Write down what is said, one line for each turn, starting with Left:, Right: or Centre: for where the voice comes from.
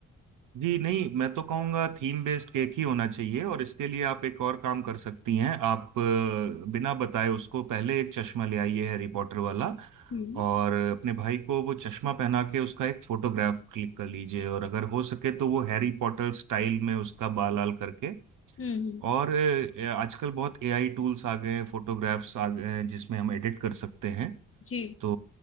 Right: जी नहीं मैं तो कहूँगा थीम बेस्ड केक ही होना चाहिए और इसके लिए आप एक और काम कर सकती हैं आप अ, बिना बताए उसको पहले एक चश्मा ले आइए हैरी पॉटर वाला
Left: हम्म
Right: और अपने भाई को वो चश्मा पहना के उसका एक फोटोग्राफ क्लिक कर लीजिए और अगर हो सके तो वो हैरी पॉटर स्टाइल में उसका बाल लाल करके
Left: हम्म हम्म,
Right: और अ, आजकल बहुत एआई टूल्स आ गए हैं फोटोग्राफ्स आ गए हैं जिसमें हम एडिट कर सकते हैं
Left: जी
Right: तो